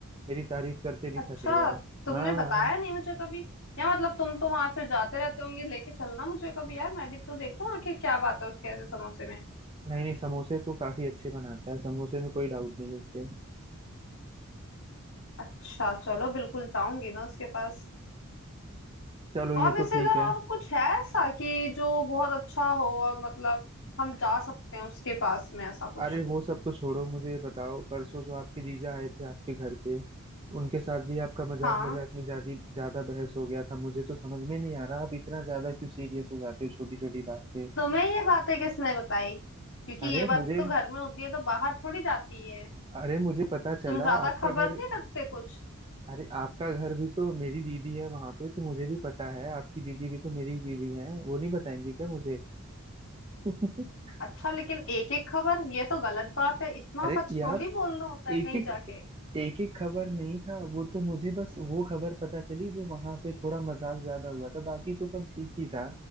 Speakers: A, on the right; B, on the left.
A: मेरी तारीफ करते नहीं
B: अच्छा
A: थकेगा
B: तुमने
A: हाँ
B: बताया
A: हाँ
B: नहीं मुझे कभी या मतलब तुम तो वहां फिर जाते रहते होंगे लेके चलना मुझे कभी यार मैं भी तो देखूं आखिर क्या बात है उसके ऐसे समोसे में
A: नहीं नहीं समोसे तो काफी अच्छे बनाता है समोसे में कोई डाउट नहीं है उसके
B: अच्छा चलो बिल्कुल जाऊंगी मैं उसके पास
A: चलो ये
B: और वैसे
A: तो ठीक
B: इधर
A: है
B: और कुछ है ऐसा कि जो बहुत अच्छा हो और मतलब हम जा सकते हैं उसके पास में ऐसा कुछ
A: अरे वो सब तो छोड़ो मुझे ये बताओ परसों जो आपके जीजा आए थे आपके घर पे उनके साथ भी आपका मजाक
B: हाँ
A: मजाक में ज्यादा ज्यादा बहस हो गया था मुझे तो समझ में नहीं आ रहा आप इतना ज्यादा क्यों सीरियस हो जाते हो छोटी छोटी बात पे
B: तुम्हें ये बातें किसने बताई क्योंकि
A: अरे
B: ये बातें
A: मुझे
B: तो घर में होती है तो बाहर थोड़ी जाती है
A: अरे मुझे पता चला
B: तुम ज्यादा
A: आपका
B: खबर
A: घर
B: नहीं रखते कुछ
A: अरे आपका घर भी तो मेरी दीदी है वहां पे तो मुझे भी पता है आपकी दीदी भी तो मेरी ही दीदी है वो नहीं बताएंगी क्या मुझे <laughs>
B: अच्छा लेकिन एक एक खबर ये तो गलत बात है इतना
A: अरे
B: सच
A: यार
B: थोड़ी बोलना होता है
A: एक
B: कहीं
A: एक
B: जाके
A: एक एक खबर नहीं था वो तो मुझे बस वो खबर पता चली जो वहां पे थोड़ा मजाक ज्यादा हुआ था बाकी तो सब ठीक ही था